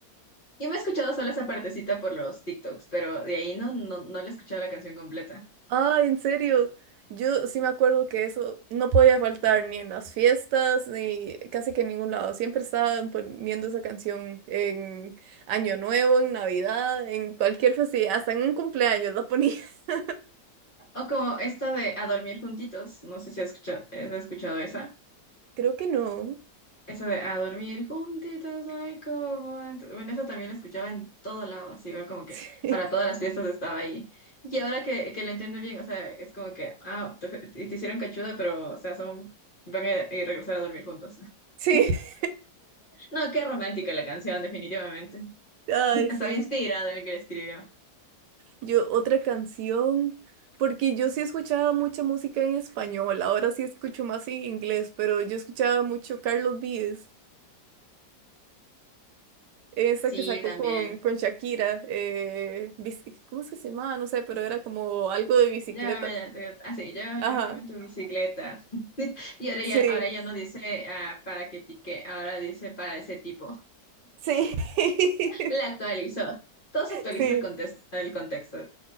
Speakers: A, on the left; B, on the right.
A: Y me he escuchado solo esa partecita por los TikToks, pero de ahí no, no, no le he escuchado la canción completa.
B: Ah, en serio. Yo sí me acuerdo que eso no podía faltar ni en las fiestas, ni casi que en ningún lado. Siempre estaban poniendo esa canción en Año Nuevo, en Navidad, en cualquier festividad, hasta en un cumpleaños la ponía. <laughs>
A: O como esta de A dormir juntitos, no sé si has escuchado, has escuchado esa.
B: Creo que no.
A: Eso de a dormir juntitos, ay, cómo antes. Bueno, eso también lo escuchaba en todo lado, así igual como que
B: <laughs>
A: para todas las fiestas estaba ahí. Y ahora que, que lo entiendo bien, o sea, es como que, ah, te, fue- te- te hicieron cachuda, pero, o sea, son, van a, a regresar a dormir juntos. <laughs>
B: Sí. Sí.
A: No, qué romántica la canción, definitivamente.
B: Ay,
A: <laughs> Estaba
B: sí.
A: inspirada en el que la escribió.
B: Yo, otra canción, porque yo sí escuchaba mucha música en español, ahora sí escucho más en inglés, pero yo escuchaba mucho Carlos Vives. Esa
A: Sí,
B: que sacó
A: también.
B: con, con Shakira, eh, bici- ¿cómo es que se llamaba? No sé, pero era como algo de bicicleta.
A: Llévame, ya, te- ah, sí, yo,
B: Ajá,
A: llévame en tu bicicleta. <laughs> Y ahora
B: sí,
A: ya, ahora ya no dice ah, para que pique, ahora dice para ese tipo.
B: sí, <laughs>
A: La actualizó. Todo se actualiza
B: sí,
A: el contexto, el contexto.